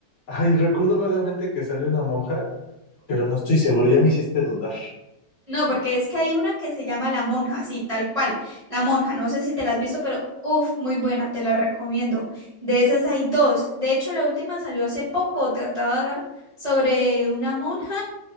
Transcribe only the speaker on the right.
No, porque es que hay una que se llama La Monja, sí, tal cual. La Monja, no sé si te la has visto, pero uff, muy buena, te la recomiendo. De esas hay dos. De hecho, la última salió hace poco, trataba sobre una monja